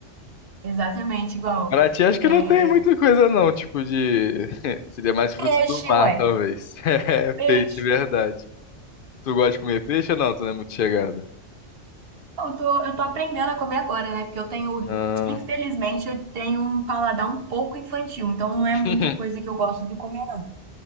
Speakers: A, on the right (about 55°); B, on the left (about 55°).
A: Exatamente, igual
B: Paraty acho que
A: é,
B: não tem muita coisa não, tipo de... <laughs> Seria mais frutos
A: peixe,
B: do mar,
A: ué,
B: talvez. <laughs> É,
A: peixe.
B: peixe, verdade. Tu gosta de comer peixe ou não? Tu não é muito chegada.
A: Eu tô, eu tô aprendendo a comer agora, né? Porque eu tenho,
B: Ah,
A: infelizmente, eu tenho um paladar um pouco infantil, então não é
B: <laughs>
A: muita coisa que eu gosto de comer, não.